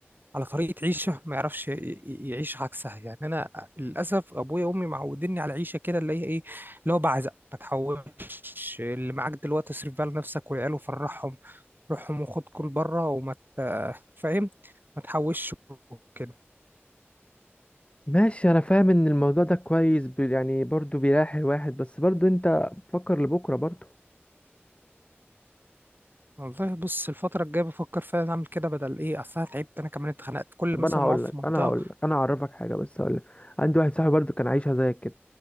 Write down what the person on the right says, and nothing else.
على طريقة عيشة ما يعرفش ي- ي- يعيش عكسها يعني أنا للأسف أبويا وأمي معوديني على عيشة كده اللي هي إيه اللي هو بعزق ما تحوش اللي معاك دلوقتي اصرف بقى لنفسك والعيال وفرحهم روحهم وخد كل بره وما ت- فاهم ما تحوش وكده
والله بص الفترة الجاية بفكر فعلا أعمل كده بدل إيه أصل أنا تعبت أنا كمان اتخنقت كل
مثلا
ما أقعد في
منطقة